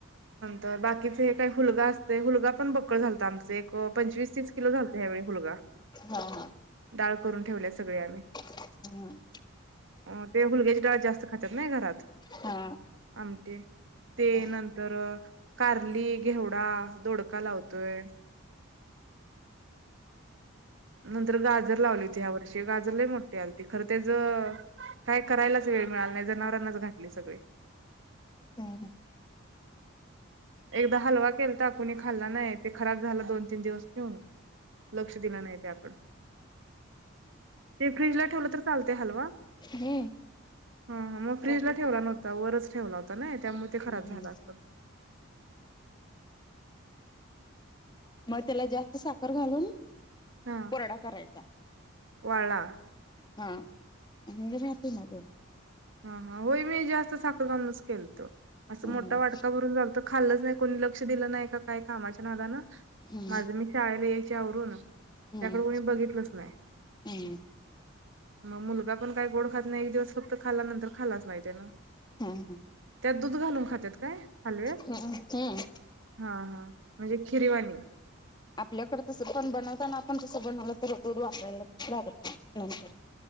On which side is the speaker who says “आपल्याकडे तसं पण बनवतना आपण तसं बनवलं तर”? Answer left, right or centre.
Left